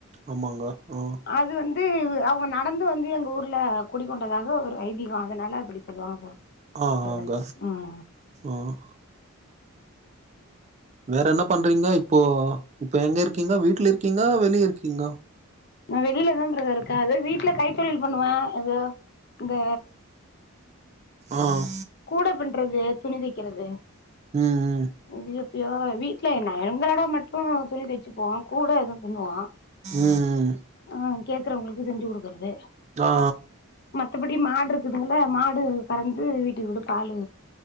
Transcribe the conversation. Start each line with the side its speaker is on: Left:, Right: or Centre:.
Right: ஆமாங்க ஆஹ்
Left: அது வந்து அவங்க நடந்து வந்து எங்க ஊர்ல குடிக்கொண்டதாக ஒரு ஐதீகம் அதனால அப்படி சொல்லுவாங்க சார்.
Right: ஆஹ்
Left: பிரதர்
Right: ஆங்க
Left: ம்
Right: ஆஹ். வேற என்ன பண்றீங்க இப்போ இப்போ எங்க இருக்கீங்கா வீடல இருக்கீங்கா வெளிய இருக்கீங்க
Left: நான் வெளில தான் பிரதர் இ அதோ வீட்டுல கைத்தொழில் பண்ணுவேன் ஏதோ இந்த
Right: ஆஹ்
Left: கூட பிண்றது துணி தைக்கிறது
Right: ம்
Left: இது எப்பயோ வீட்ல என்ன எங்களோட மட்டும் துணி தைச்சு போவோான் கூட எதுவும் பண்ணுவான்
Right: ம் ம் ம்
Left: ஆஹ் கேக்குறவங்களுக்கு செஞ்சு கொடுக்குறது
Right: ஆ
Left: மத்தபடி மாடு இருக்குதுால மாடு கறந்து வீ குட்டி கூட பாலு